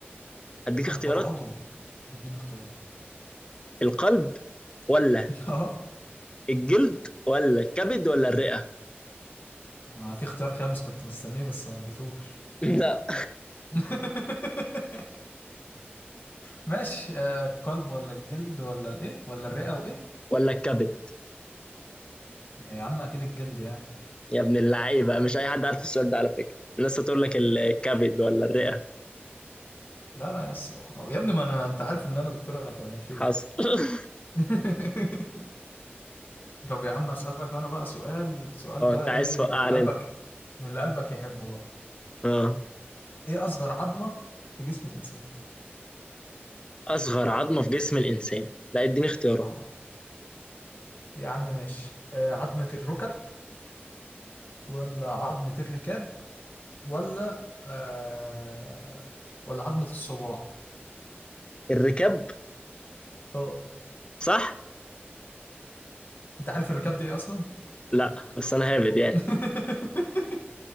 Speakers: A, on the left (about 25°); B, on the left (about 55°).
A: اديك
B: اكبر
A: اختيارات
B: عضو في- اديني اختياره
A: القلب ولا
B: <laughs> اه
A: الجلد ولا الكبد ولا الرئة
B: ما في اختيار خامس كنت مستنيه بس ما لقيتوش
A: <laughs> لا
B: <laughs> ماشي آه القلب ولا الجلد ولا الايه ولا الرئه وايه
A: ولا الكبد
B: يا عم اكيد الجلد يعني
A: يا ابن اللعيبة مش اي حد عارف السؤال ده على فكرة الناس هتقول لك الكبد ولا الرئة
B: لا لا يس يا ابني ما انا انت عارف ان انا دكتور انا كمان في إيه؟
A: حصل <laughs>
B: <laughs> طب يا عم اسالك انا بقى سؤال سؤال
A: اه
B: بقى
A: انت عايز
B: ايه
A: توقعني
B: من اللي قلبك
A: انت
B: من اللي قلبك يحبه بقى
A: اه
B: ايه اصغر عظمه في جسم الانسان
A: اصغر عظمة في جسم الانسان لا اديني اختيارات
B: اه يا عم ماشي آه عظمة الركب ولا عظمة الركاب ولا آه ولا عظمة الصباع
A: الركاب
B: اه
A: صح
B: انت عارف الركاب دي ايه اصلا
A: لا بس انا هابد يعني
B: <laughs>